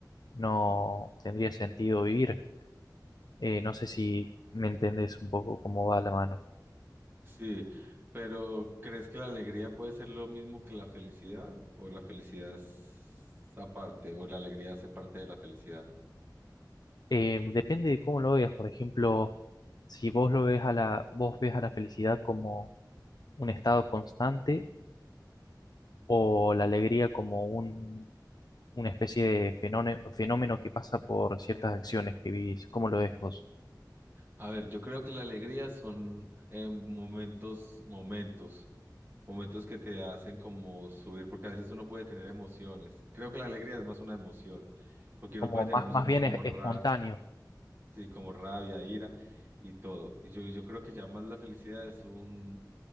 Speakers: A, on the left; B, on the right.
A: no tendría sentido vivir. Eh, no sé si me entendés un poco cómo va la mano.
B: Sí, pero ¿crees que la alegría puede ser lo mismo que la felicidad? ¿O la felicidad es aparte? ¿O la alegría hace parte de la felicidad?
A: Eh, depende de cómo lo veas, por ejemplo, si vos lo ves a la, vos ves a la felicidad como un estado constante o la alegría como un, una especie de fenómeno, fenómeno que pasa por ciertas acciones que vivís. ¿Cómo lo ves vos?
B: A ver, yo creo que la alegría son eh, momentos, momentos, momentos que te hacen como subir, porque a veces uno puede tener emociones. Creo que la alegría es más una emoción, porque uno
A: como
B: puede tener
A: más,
B: emociones
A: más bien
B: como
A: es-
B: ra,
A: espontáneo.
B: sí, como rabia, ira y todo. Y yo, yo creo que ya más la felicidad es un